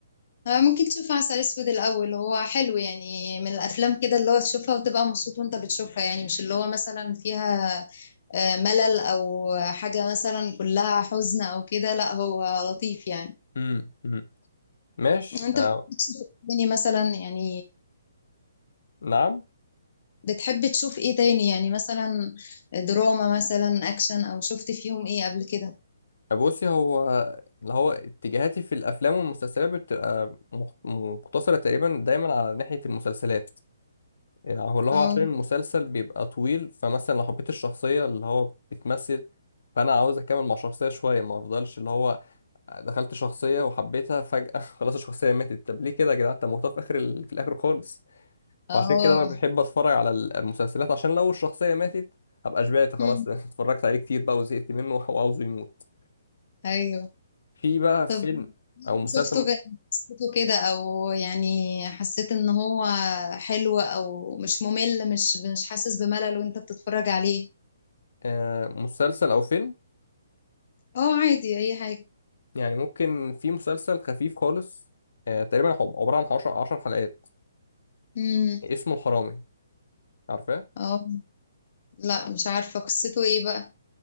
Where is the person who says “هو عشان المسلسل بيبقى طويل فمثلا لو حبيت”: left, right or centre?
Left